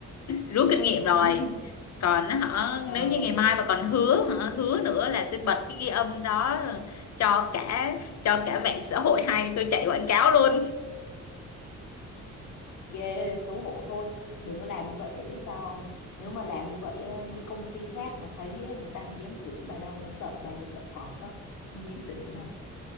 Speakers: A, on the left; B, on the left.
A: rút kinh nghiệm rồi
B: <laughs>
A: còn á hả
B: Ừ,
A: nếu như ngày mai
B: đúng
A: mà còn hứa hả hứa nữa là tôi bật cái ghi âm đó cho cả cho cả mạng xã hội hay tôi chạy quảng cáo luôn
B: ghê xấu hổ thôi đừng có làm như vậy để biết sao không nếu mà làm như vậy á, mấy công ty khác mà thấy á, người ta không dám tuyển bà đâu người ta sợ bà như sợ cọp á không dám
A: Ừ.
B: tuyển đâu